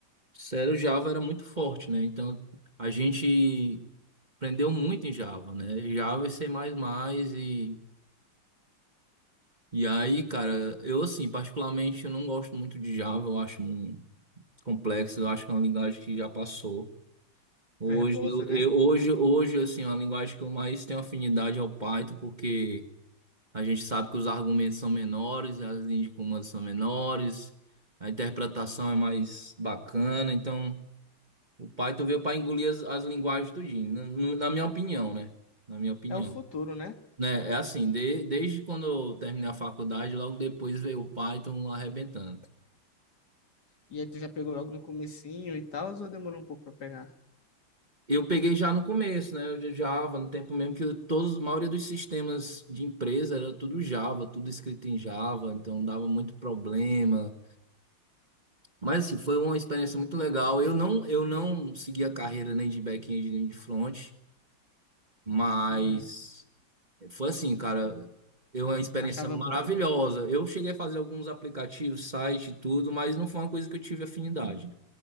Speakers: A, on the right; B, on the left.
A: Sério, o Java era muito forte, né? Então, a gente aprendeu muito em Java, né? Java e C++ e... E aí, cara, eu assim, particularmente, eu não gosto muito de Java. Eu acho um- complexo, eu acho que é uma linguagem que já passou. Hoje,
B: Verbosa,
A: eu,
B: né?
A: eu- hoje, hoje, assim, é uma linguagem que eu mais tenho afinidade ao Python, porque... A gente sabe que os argumentos são menores, as linhas de comando são menores, a interpretação é mais bacana. Então, o Python veio para engolir as, as linguagens tudinho, na, no- na minha opinião, né? Na minha opinião.
B: É o futuro, né?
A: Né? É assim, de- desde quando eu terminei a faculdade, logo depois veio o Python arrebentando.
B: E aí tu já pegou logo no comecinho e tal, ou demorou um pouco para pegar?
A: Eu peguei já no começo, né? Eu já Java, no tempo mesmo que eu- todos, a maioria dos sistemas de empresa era tudo Java, tudo escrito em Java, então dava muito problema. Mas assim, foi uma experiência muito legal. Eu não, eu não segui a carreira nem de back-end nem de front, mas
B: Uhum.
A: foi assim, cara, eu uma experiência
B: Achava
A: maravilhosa.
B: boa.
A: Eu cheguei a fazer alguns aplicativos, site e tudo, mas não foi uma coisa que eu tive afinidade.